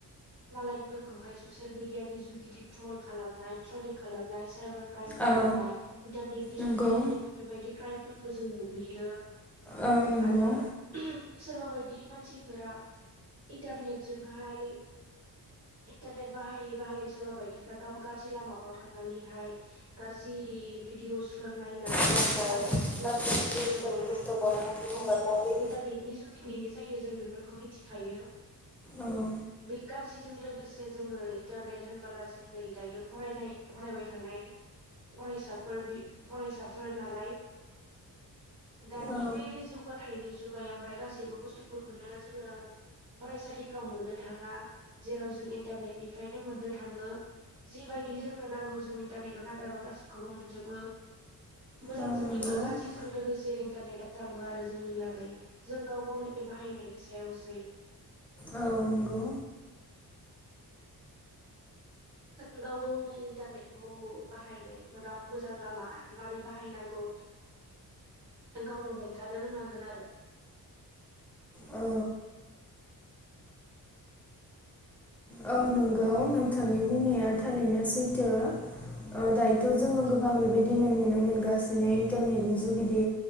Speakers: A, on the right (about 70°); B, in the centre.
A: मालायफोरखौहाय ससियेल मिडियानि जुगिदि ट्रल खालामनाय ट्रलिं खालामनाय साइबार क्राइम खालामनाय
B: औ
A: इन्टारनेटनि
B: नंगौ
A: जुगिदि जै बेफोरबायदि क्राइमफोरखौ जों नुहैयो।
B: औ नंगौ
A: आरो सोरबा बाय बायदि मानसिफोरा इन्टारनेटजोंहाय इन्टारनेट बाहायै बाहायै सोरबा बायदिफ्रा गाज्रि लामाफ्राव थांनानैहाय। गाज्रि भिदिअस फोर नायनाय
B: लोंनाय
A: गाज्रि भिदिअसफोर
B: गाज्रि
A: रिलसफोर
B: जुइसफोर
A: बानायनानै
B: जुइसफोर
A: हगारनाय
B: बनायनानै
A: बै
B: हगारनाय दै
A: इन्टारनेटनि जुगिदिनो जायो जों बेफोरखौ मिथिखायो
B: औ
A: बे गाज्रिजों लोगो लोगोसे जोङो इन्टारनेट होनबोला जों नै दायो फरायनाय फरायबाय थानाय। फरायसाफोर बि फरायसाफोर नालाय। दानि
B: औ
A: बे जौगाथायनि जुगायावहाय गासैबो बुस्थुफोरखौनो जोङो फरायसालिफ्राव मोननो थाङा जेराव जों इन्टारनेटनिफ्रायनो मोननो थाङो। जिबायदि जोंनो नांगौ जों इन्टारनेटआव नां जेनेबा गासिखौबो मोनजोबो मोजांजों
B: औ नंगौ औ
A: गाज्रिजों लोगोसे इन्टारनेटना मोजांबो आरो जोंनि लागै जों गाव गावनि बाहायनायनि सायावसै।
B: औ नंगौ।
A: जों गाव गावनो इन्टारनेटखौ बाहायनायफोराव मोजां लामा मारै बाहायनांगौ गावनो हमथानो रोंनांगोन आरो।
B: औ औ नंगौ नोंथांनि बुंनाया थारैनो सैथो ओ दायोथ' जोङो गोबां बेबायदिनो नुनो मोनगासिनो इन्टारनेटनि जुगिदि